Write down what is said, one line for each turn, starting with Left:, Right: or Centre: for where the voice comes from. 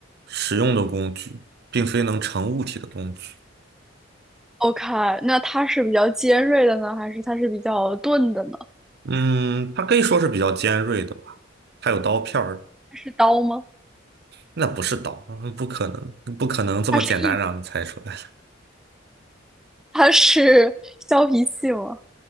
Right: 实用的工具，并非能成物体的工具。
Centre: OK，那它是比较尖锐的呢，还是它是比较钝的呢？
Right: 嗯，它可以说是比较尖锐的吧，它有刀片儿，
Centre: 它是刀吗？
Right: 那不是刀，嗯不可能，不可能这么简单让你猜出来的。
Centre: 它是一，它是 <laughs> 削皮器吗